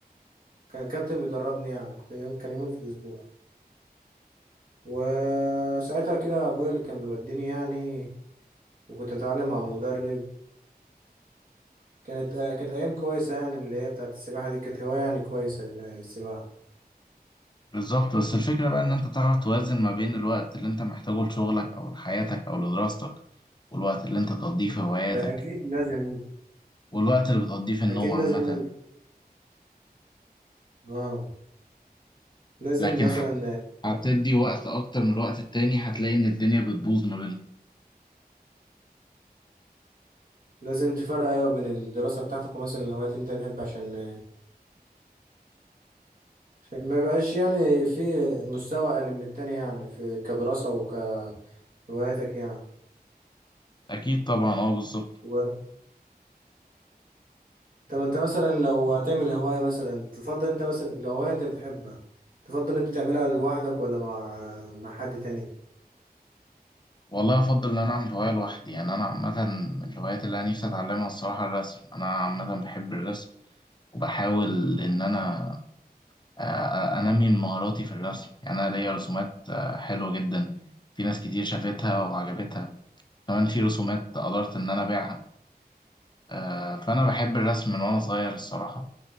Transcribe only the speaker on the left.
بالظبط بس الفكرة بقى إن أنت تعرف توازن ما بين الوقت اللي أنت محتاجه لشغلك أو لحياتك أو لدراستك والوقت اللي أنت تقضيه في هواياتك
والوقت اللي بتقضيه في النوم
عامة
لكن
ح- هتدي وقت أكتر من الوقت التاني هتلاقي إن الدنيا بتبوظ ما بينهم
أكيد طبعا أه بالظبط
والله أفضل إن أنا أعمل هواية لوحدي يعني أنا عامة من الهوايات اللي أنا نفسي أتعلمها الصراحة الرسم أنا عامة بحب الرسم وبحاول إن أنا آه، انمي من مهاراتي في الرسم يعني انا ليا رسومات آه، حلوه جدا في ناس كتير شافتها وعجبتها كمان في رسومات قدرت ان انا ابيعها آه، فانا بحب الرسم من وانا صغير الصراحه